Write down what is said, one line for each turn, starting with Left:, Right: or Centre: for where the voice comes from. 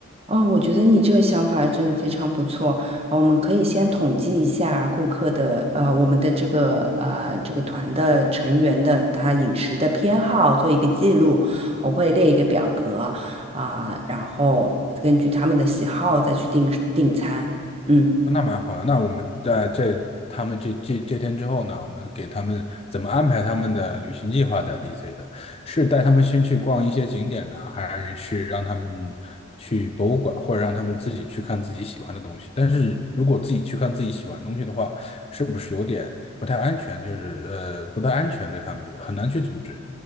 Right: 哦，我觉得你这个想法真的非常不错。呃我们可以先统计一下顾客的呃我们的这个呃这个团的成员的他饮食的偏好，做一个记录。我会列一个表格啊，然后根据他们的喜好再去订订餐。嗯。
Left: 哦那蛮好的。那我们在这他们这这这天之后呢，我们给他们怎么安排他们的旅行计划在 DC 的？是带他们先去逛一些景点呢，还是让他们去博物馆，或者让他们自己去看自己喜欢的东西？但是如果自己去看自己喜欢的东西的话，是不是有点不太安全？就是呃，不太安全，对他们很难去组织。